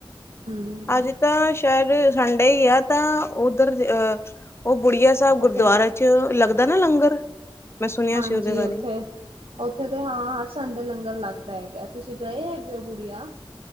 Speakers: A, on the right; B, on the left.
A: ਹੂੰ
B: ਅੱਜ ਤਾਂ ਸ਼ਾਇਰ ਸੰਡੇ ਹੀ ਆ। ਤਾਂ ਉੱਧਰ ਅਹ ਉਹ ਬੁੜੀਆ ਸਾਹਿਬ ਗੁਰਦੁਆਰ
A: ਉੱਥੇ
B: ਚ ਲੱਗਦਾ ਨਾ ਲੰਗਰ। ਮੈਂ ਸੁਣਿਆ
A: ਹਾਂਜੀ।
B: ਸੀ ਉਹਦੇ ਬਾਰੇ
A: ਉੱਥੇ-ਉੱਥੇ ਤੇ ਹਾਂ ਹਰ ਸੰਡੇ ਲੰਗਰ ਲੱਗਦਾ ਹੈਗਾ। <unintelligible> ਹੋ ਜੇ ਗੁੜਿਯਾ।